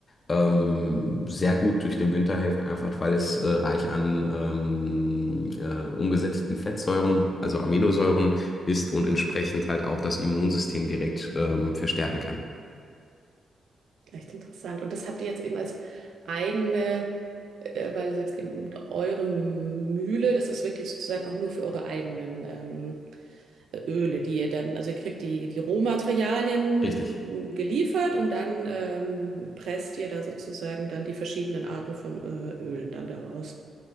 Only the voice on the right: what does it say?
Mhm.
Echt interessant. Und das habt ihr jetzt eben als eigene, äh, weil du sagst eben eure Mühle, das ist wirklich sozusagen auch nur für eure eigenen ähm, Öle, die ihr dann, also ihr kriegt die, die Rohmaterialien
geliefert und dann ähm, presst ihr da sozusagen dann die verschiedenen Arten von äh, Ölen dann daraus.